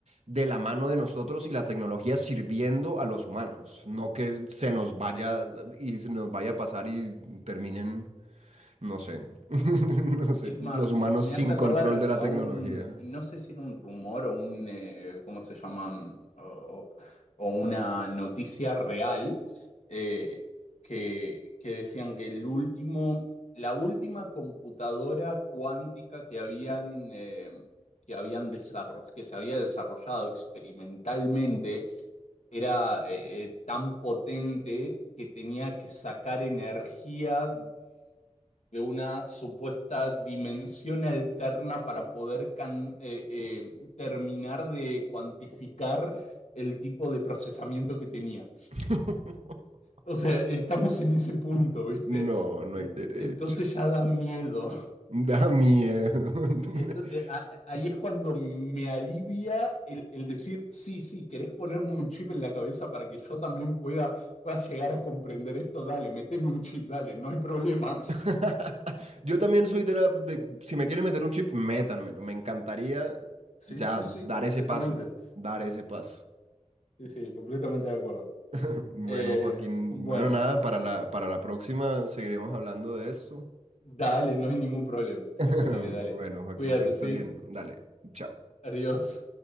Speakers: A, on the right; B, on the left.
A: de la mano de nosotros y la tecnología sirviendo a los humanos, no que se nos vaya y se nos vaya a pasar y terminen, no sé, <laughs> no sé,
B: Es
A: los
B: más, me,
A: humanos
B: me
A: sin
B: hace
A: control
B: acordar
A: de la
B: a
A: tecnología.
B: un, no sé si era un rumor o un, eh, ¿cómo se llaman? O, o una noticia real, eh, que, que decían que el último, la última computadora cuántica que habían, eh, que habían desarrollado, que se había desarrollado experimentalmente, era eh, eh, tan potente que tenía que sacar energía de una supuesta dimensión alterna para poder can- eh, eh, terminar de cuantificar el tipo de procesamiento que tenía.
A: <laughs>
B: O sea, estamos en ese punto, ¿viste?
A: No, no
B: En-
A: hay derecho.
B: Entonces ya da miedo.
A: Da miedo. <laughs>
B: Ento- eh, a- ahí es cuando me alivia el, el decir, sí, sí, querés ponerme un chip en la cabeza para que yo también pueda, pueda llegar a comprender esto, dale, meteme un chip, dale, no hay problema.
A: <laughs> Yo también soy de la... de- si me quieren meter un chip, métanmelo. Me encantaría
B: Sí,
A: ya
B: sí, sí,
A: dar
B: completamente.
A: ese paso, dar ese paso.
B: Sí, sí, completamente de acuerdo.
A: <laughs> Bueno,
B: Eh,
A: Joaquín,
B: bueno,
A: bueno, nada, para la, para la próxima seguiremos hablando de esto.
B: dale, no hay ningún problema.
A: <laughs>
B: Dale, dale.
A: Bueno, Joaquín,
B: Cuídate,
A: que estés
B: ¿sí?
A: bien. Dale, chao.
B: Adiós.